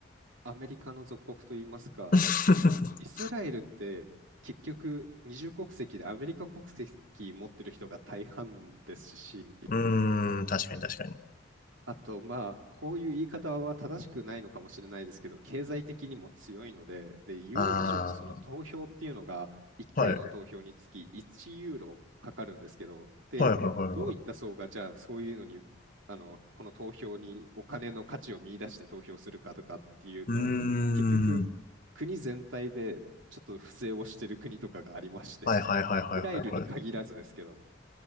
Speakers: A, on the right; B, on the left.
A: アメリカの属国といいますか、
B: <laughs>
A: まあ、イスラエルって結局二重国籍でアメリカ国籍持ってる人が大半ですし、
B: うーん、確かに確かに。
A: あと、まあ、こういう言い方は正しくないのかもしれないですけど、経済的にも強いので、で、ユーロビジョンのその投票っていうのが、
B: あ
A: 1回の投票につき1ユーロかかるんですけど、
B: あ、はい、
A: で、
B: はい、はい、はい、はい。
A: どういった層が、じゃあ、そういうのに、あの、この投票にお金の価値を見出して投票するかとかっていうと、
B: うーん。
A: 結局、国全体でちょっと不正をしてる国とかがありまして、
B: はいはいはいはいはいはい。
A: イスラエルに限らずですけど、